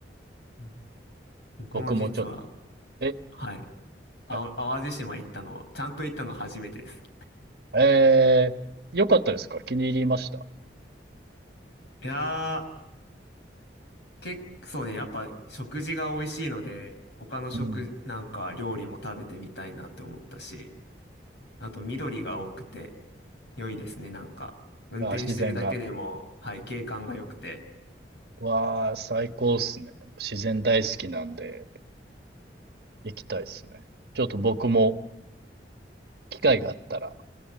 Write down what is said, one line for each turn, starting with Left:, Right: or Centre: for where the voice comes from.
Left: うん僕も実は、
Right: 僕もちょっと。え、
Left: はい。あお淡路島行ったの、
Right: はい、
Left: ちゃんと行ったの初めてです。
Right: えー、よかったですか気に入りました
Left: いやー、結構ね、やっぱ食事が美味しいので、他の食、
Right: うん。
Left: なんか料理も食べてみたいなって思ったし、あと緑が多くて良いですね、なんか。運転してるだけでも、
Right: あー、自然が。
Left: はい、景観が良くて、
Right: わあ、最高っすね。自然大好きなんで、行きたいっすね。ちょっと僕も機会があったら、